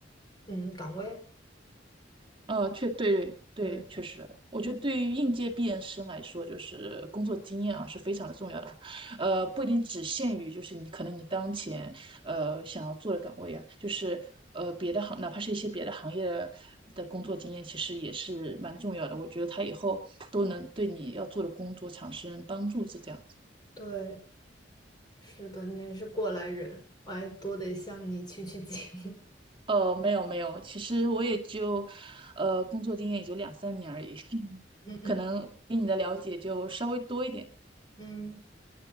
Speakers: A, on the left; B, on the right.
A: 嗯岗位。
B: 呃，确对对，
A: 对
B: 确实，我觉得对于应届毕业生来说，就是工作经验啊是非常的重要的，呃，不一定只限于就是你可能你当前呃想要做的岗位啊，就是呃别的行，哪怕是一些别的行业的工作经验，其实也是蛮重要的。我觉得他以后都能对你要做的工作产生帮助，是这样子。
A: 对，是的，你也是过来人，我还多得向你取取经。
B: 呃，没有没有，其实我也就呃工作经验也就两三年而已，<laughs>
A: <laughs> 嗯嗯
B: 可能比你的了解就稍微多一点。
A: 嗯。